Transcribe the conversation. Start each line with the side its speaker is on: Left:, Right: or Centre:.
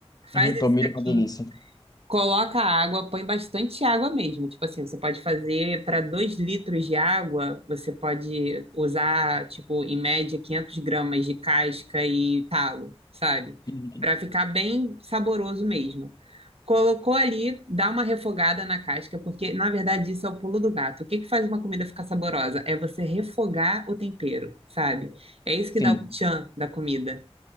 Right: Faz
Left: Uhum.
Right: esse
Left: Tomilho
Right: saquinho,
Left: é uma delícia.
Right: coloca água, põe bastante água mesmo. Tipo assim, você pode fazer para 2 litros de água, você pode usar, tipo, em média, 500 gramas de casca e talo, sabe?
Left: Uhum.
Right: Para ficar bem saboroso mesmo. Colocou ali, dá uma refogada na casca, porque na verdade isso é o pulo do gato. O que que faz uma comida ficar saborosa? É você refogar o tempero, sabe? É isso que dá
Left: Sim.
Right: o tchan da comida.